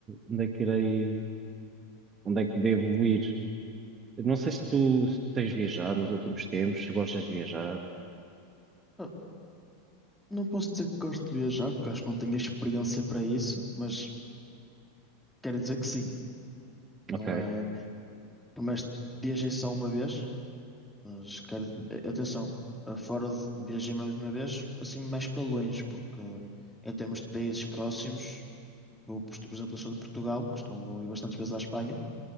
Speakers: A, on the right; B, in the centre.
A: onde é que irei, onde é que devo ir. Não sei se tu, se tu tens viajado nos últimos tempos, se gostas de viajar.
B: Ah, Não posso dizer que gosto de viajar, porque acho que não tenho experiência para isso, mas quero dizer que sim.
A: Ok,
B: Não é. Por mais menos viajei só uma vez, mas quero. eh, Atenção, ah, fora de viajei mais uma vez, assim, mais para longe, porque ah, em termos de países próximos, vou, por por exemplo, eu sou de Portugal, costumo ir bastantes vezes à Espanha.